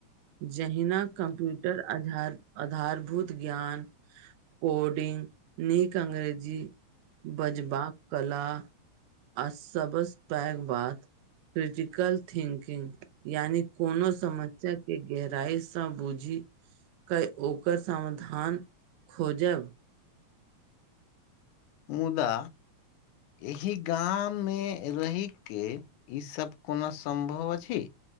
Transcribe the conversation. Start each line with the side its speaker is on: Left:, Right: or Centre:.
Right: जहिना कम्प्यूटर आध आधारभूत ज्ञान, कोडिंग, नीक अंग्रेजी बजबा, कला आ सबस पैघ बात क्रिटिकल थिंकिंग यानि कोनो समस्या गहराइसँ बूझी क ओकर समाधान खोजब
Left: मुदा, एहि गाम मे रहि के ईसब कोनो सम्भव अछी।